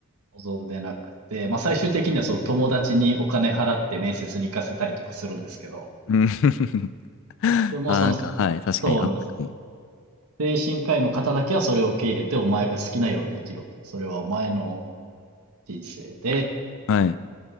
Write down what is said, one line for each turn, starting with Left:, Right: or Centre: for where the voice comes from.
Right: 望んでなくて、まあ最終的にはその友達にお金払って面接に行かせたりとかするんですけど、
Left: うん。うん <laughs> あ、
Right: でもその、
Left: なんか、
Right: そうなんです。
Left: はい。確かにあったかも。
Right: 精神科医の方だけはそれを受け入れて、お前が好きなように生きろと。それはお前の人生で、
Left: はい。